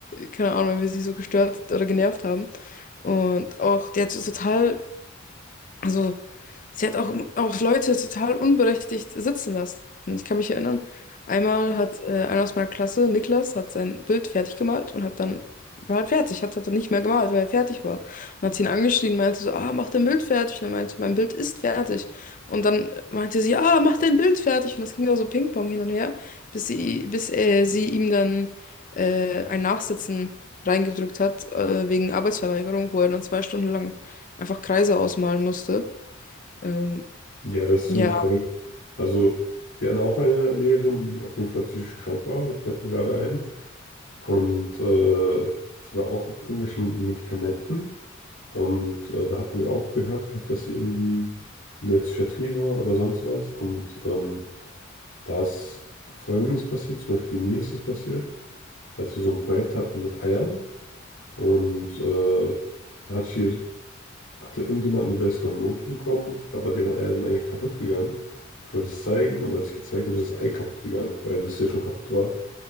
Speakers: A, on the left; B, on the left.
A: keine Ahnung, wenn wir sie so gestört oder genervt haben. Und auch, die hat so total, also Sie hat auch, auch Leute total unberechtigt sitzen lassen. Ich kann mich erinnern, einmal hat äh, einer aus meiner Klasse, Niklas, hat sein Bild fertig gemalt und hat dann, war halt fertig, hat, hat dann nicht mehr gemalt, weil er fertig war. Und hat sie ihn angeschrien, meinte so, ah, mach dein Bild fertig. Und er meinte, mein Bild ist fertig. Und dann meinte sie, ah, mach dein Bild fertig. Und das ging dann so Ping-Pong hin und her, bis sie, bis äh, sie ihm dann äh, ein Nachsitzen reingedrückt hat, äh, wegen Arbeitsverweigerung, wo er dann zwei Stunden lang einfach Kreise ausmalen musste. Ähm,
B: Ja, das ist
A: ja.
B: wirklich verrückt. Also, wir hatten auch eine Lehrerin, die auf jeden Fall psychisch krank war, das fällt mir gerade ein. Und äh, sie war auch auf irgendwelchen Medikamenten. Und äh, da hatten wir auch gehört gehabt, dass sie irgendwie in der Psychiatrie war oder sonst was. Und ähm, da ist Folgendes passiert, zum Beispiel mir ist es passiert, als wir so ein Projekt hatten mit Eiern. Und äh, da hat hier hatte irgendjemand eine bessere Note bekommen, aber deren Eier sind eigentlich kaputt gegangen. Und ich wollte es zeigen und als ich gezeigt habe, ist das Ei kaputt gegangen, weil das ja schon kaputt war.